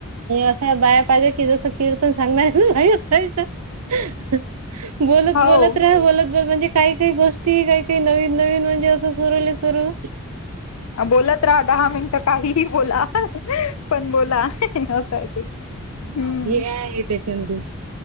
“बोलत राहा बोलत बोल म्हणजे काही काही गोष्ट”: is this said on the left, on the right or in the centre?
Right